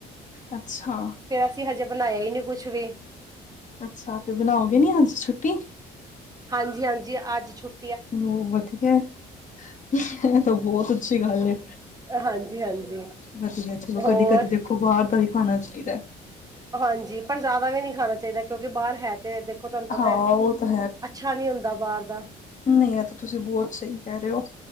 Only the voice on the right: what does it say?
ਫੇਰ ਅਸੀਂ ਹਜੇ ਬਣਾਇਆ ਹੀ ਨਹੀ ਕੁਛ ਵੀ।
ਹਾਂਜੀ-ਹਾਂਜੀ, ਅੱਜ ਛੁੱਟ
ਹਾਂਜੀ ਹਾਂਜੀ
ਹੋਰ
ਹਾਂਜੀ ਪਰ ਜ਼ਿਆਦਾ ਵੀ ਨਹੀ ਖਾਣਾ ਚਾਹੀਦਾ ਕਿਉਂਕਿ ਬਾਹਰ ਹੇਲ ਤੇ ਦੇਖੋ ਤੁਹਾਨੂੰ ਪਤਾ
ਅੱਛਾ ਨਹੀ ਹੁੰਦਾ ਬਾਹਰ ਦਾ